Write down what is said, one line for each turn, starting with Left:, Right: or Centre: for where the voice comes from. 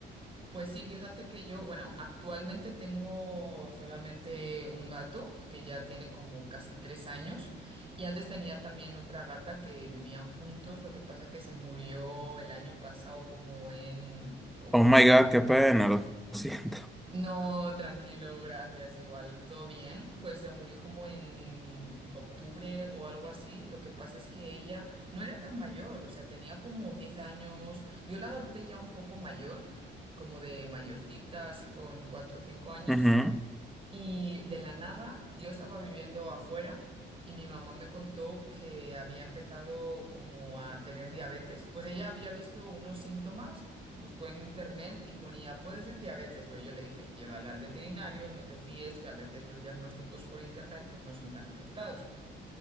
Right: Pues sí, fíjate que yo, bueno, actualmente tengo solamente un gato que ya tiene como casi tres años y antes tenía también otra gata que vivían juntos, lo que pasa que se murió el año pasado como en
Centre: Oh my God, qué pena, lo siento.
Right: No, tranquilo, gracias. Igual, todo bien. Pues se murió como en octubre o algo así. Lo que pasa es que ella no era tan mayor, o sea, tenía como 10 años. Yo la adopté ya un poco mayor, como de mayorcita, así con cuatro o cinco años.
Centre: <laughs> Ujú.
Right: Y de la nada, yo estaba viviendo afuera y mi mamá me contó que había empezado como a tener diabetes. Pues ella había visto unos síntomas, buscó en internet y ponía, puede ser diabetes, pero yo le dije, llévala al veterinario, no te fíes, que a veces los diagnósticos por internet pues no son tan acertados.